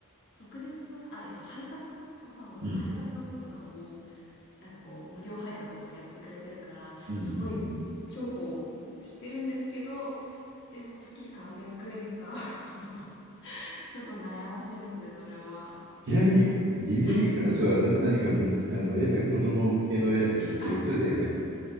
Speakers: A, on the left; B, on the right.
A: 即日、あ、えっと、配達 ?Amazon の配達とかも、
B: うん。
A: なんかこう、無料配達とかやってくれてるから、
B: うんうんう
A: すごい重宝してるんですけど、
B: ん。
A: でも月300円か <laughs> ちょっと悩ましいですね、それは。
B: ちなみに、ディズニープラスはな何かも、
A: はい。
B: あの、やっぱり子供向けのやつっていうことで入って、
A: あ、